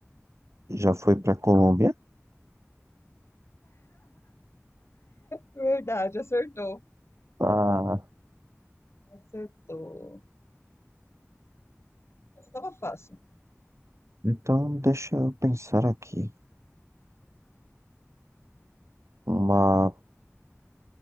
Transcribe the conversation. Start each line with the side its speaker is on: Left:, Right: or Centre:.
Right: já foi para Colômbia.
Left: Verdade, acertou.
Right: Ah,
Left: Acertou. Essa tava fácil.
Right: então deixa eu pensar aqui. Uma.